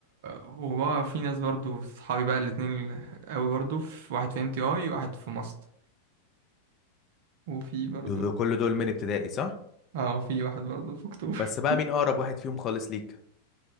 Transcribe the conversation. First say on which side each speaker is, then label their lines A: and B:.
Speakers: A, on the right; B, on the left.
A: وبقى في ناس برضو صحابي بقى الاتنين قوي برضو في واحد في ام تي اي وواحد في ماست وفي برضو
B: دول كل دول من ابتدائي صح؟
A: اه وفي واحد برضو في اكتوبر
B: بس بقى مين اقرب واحد فيهم خالص ليك